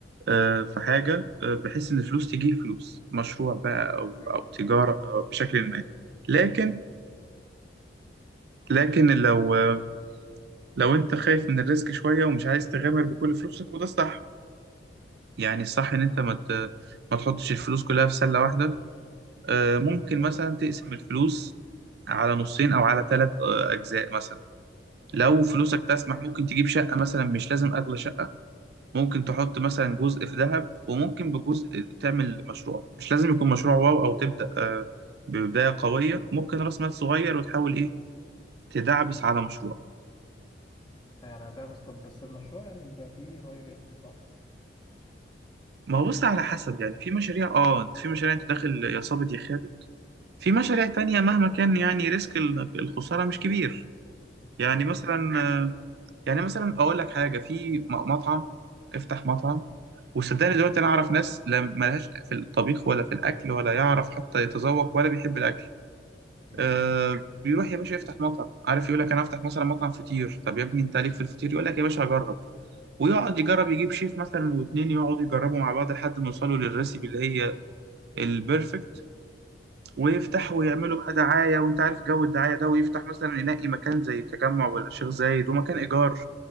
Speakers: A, on the right; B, on the left.
A: آه، في حاجة آه، بحيث إن فلوس تجيب فلوس مشروع بقى
B: اوكي
A: أو أو تجارة أو بشكل ما لكن
B: اوكي
A: لكن لو آه، لو أنت خايف من الريسك شوية ومش عايز تغامر
B: اوكي
A: بكل فلوسك وده الصح يعني الصح إن أنت ما ت- ما تحطش الفلوس كلها في سلة واحدة آه، ممكن
B: كويس
A: مثلا تقسم الفلوس على نصين أو على ثلاث أجزاء مثلا
B: اوكي
A: لو فلوسك تسمح ممكن تجيب شقة مثلا مش لازم أغلى شقة ممكن تحط مثلا جزء في ذهب وممكن بجزء تعمل مشروع مش لازم يكون مشروع واو أو تبدأ آه، ببداية قوية ممكن رأس مال صغير وتحاول إيه تدعبس على مشروع
B: يعني ده بس طب بس المشروع يعني بيبقى فيه هاي ريسك صح
A: ما هو بص على حسب يعني في مشاريع اه في مشاريع انت داخل يا صابت يا خابت في مشاريع تانية مهما كان يعني ريسك ال- الخسارة مش كبير
B: اوكي
A: يعني مثلا آه، يعني مثلا اقول لك حاجة في م- مطعم افتح مطعم وصدقني دلوقتي انا اعرف ناس لا ملهاش في الطبيخ ولا في الاكل ولا يعرف حتى يتذوق ولا بيحب الاكل
B: اوكي
A: آه بيروح يا باشا يفتح مطعم عارف يقول لك انا هفتح مثلا مطعم فطير طب يا ابني انت عليك في الفطير يقول لك يا باشا هجرب ويقعد يجرب يجيب شيف مثلا واتنين يقعدوا يجربوا مع بعض لحد ما يوصلوا للريسيبي اللي هي البيرفكت ويفتحوا
B: اوكي
A: ويعملوا بقى دعاية وانت عارف جو الدعاية ده ويفتح مثلا ينقي مكان زي التجمع ولا الشيخ زايد ومكان ايجار